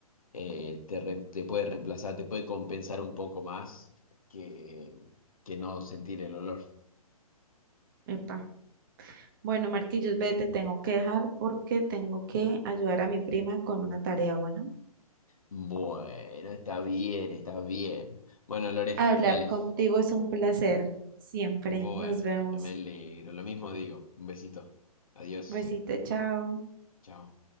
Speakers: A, on the left; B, on the right.
A: eh, te, re- te puede reemplazar, te puede compensar un poco más que, que no sentir el olor.
B: Epa. Bueno, Marquillos, vete, tengo que dejar porque tengo que ayudar a mi prima con una tarea, bueno.
A: Bueno, está bien, está bien. Bueno, Lore,
B: Hablar
A: dale.
B: contigo es un placer, siempre.
A: Bueno,
B: Nos vemos.
A: me alegro. Lo mismo digo. Un besito. Adiós.
B: Besito, chao.
A: Chao.